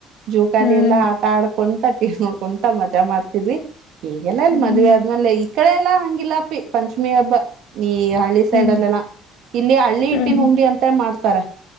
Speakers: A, on the right (about 60°); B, on the left (about 65°).
A: ಜೂಕಾಲಿ
B: ಹ್ಮ್
A: ಎಲ್ಲಾ ಆಟ ಆಡ್ ಕುಂತ ಟಿ ವಿ ನೋಡ್ಕೊಂತಾ ಮಜಾ ಮಾಡ್ತಿದ್ವಿ ಈಗೆಲ್ಲಾ ಇಲ್ಲಿ
B: ಹ್ಮ್
A: ಮದ್ವೆ ಆದ್ಮೇಲೆ ಕಡೆ ಎಲ್ಲಾ ಹಂಗಿಲ್ಲಪ್ಪಿ ಪಂಚಮಿ ಹಬ್ಬ ನೀ ಹಳ್ಳಿ ಸೈಡ್
B: ಹ್ಮ್
A: ಅಲ್ಲೆಲ್ಲಾ ಇಲ್ಲಿ ಹಳ್ಳಿ ಹಿಟ್ಟಿನ
B: ಹ್ಮ್
A: ಉಂಡಿ ಅಂತ ಮಾಡ್ತಾರ